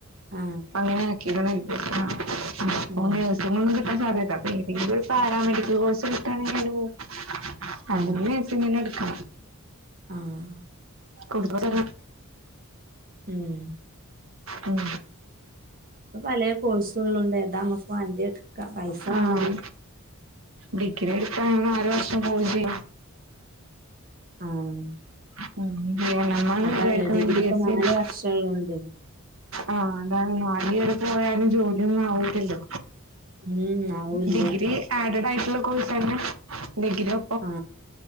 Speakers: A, on the right (about 40°); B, on the right (about 65°).
A: ആ
B: അങ്ങനെ ന്നാണ്
A: ഉം
B: പോന്നെ ടെസ്റ്റ് കൊന്നും കിട്ടാൻ സാധ്യത അപ്പൊ ഏതെങ്കിലും പാരാമെഡിക്കൽ കോഴ്സ് കിട്ടണെങ്കിൽ അയിന് പോവും
A: ആ
B: അല്ലെങ്കി നഴ്സിങ്ങ്ന് എട്ക്ക
A: ആഹ്
B: കുടുബതര
A: ഉം
B: ഉം
A: ഇപ്പൊ പലേ കോഴ്സുകളൊണ്ടെ ഏതാ നമ്മുക്ക് വാണ്ടിയെ പൈസ
B: ആഹ്
A: വേണം
B: ഡിഗ്രി എടുത്താ ന്നാലു വർഷം പോകും ചെയ്യും
A: ആഹ്
B: <unintelligible> ആണ്
A: അതാല്ലേ
B: വിചാരിക്കുന്നത്
A: ഡിഗ്രി
B: ബി
A: ഇപ്പൊ
B: എസ്
A: നാല്
B: സി അല്ല
A: വർഷൊള്ളണ്ടേ
B: ആഹ് അതാണ് നാല് പേര് പോയാലും ജോലിയൊന്നും ആവത്തില്ലല്ലോ
A: ഉം ആവൂല്ല
B: ഡിഗ്രി ആഡഡ് ആയിട്ടുള്ള കോഴ്സാരുന്നെ ഡിഗ്രിയോ
A: ആ